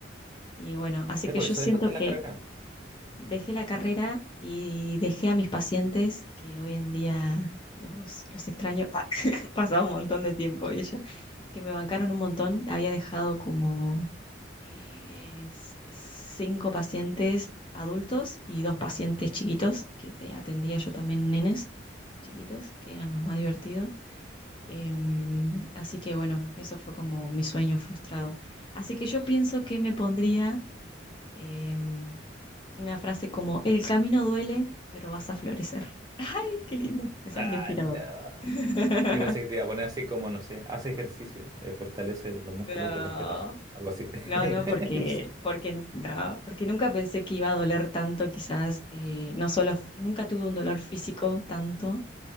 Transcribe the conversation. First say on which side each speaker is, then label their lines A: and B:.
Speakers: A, on the left (about 25°); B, on the right (about 20°).
A: Y bueno, así
B: Eh,
A: que
B: por
A: yo
B: eso
A: siento
B: dejaste
A: que
B: la carrera?
A: dejé la carrera y dejé a mis pacientes, que hoy en día los, los extraño. <laughs> Ha pasado un montón de tiempo y ellos que me bancaron un montón. Había dejado como eh, s- cinco pacientes adultos y dos pacientes chiquitos, que te atendía yo también nenes chiquitos, que eran los más divertidos. Em, así que bueno, eso fue como mi sueño frustrado. Así que yo pienso que me pondría em, una frase como, el camino duele, pero vas a florecer. <laughs> ¡Ay, qué lindo! Me
B: Ah,
A: sale inspirador.
B: no.
A: <laughs>
B: Yo pensé que te iba a poner así como, no sé, hace ejercicio, eh, fortalece los músculos
A: No.
B: del antebrazo, algo así.
A: No, no,
B: <laughs>
A: porque,
B: No sé.
A: porque, no, porque nunca pensé que iba a doler tanto, quizás, eh, no solo, nunca tuve un dolor físico tanto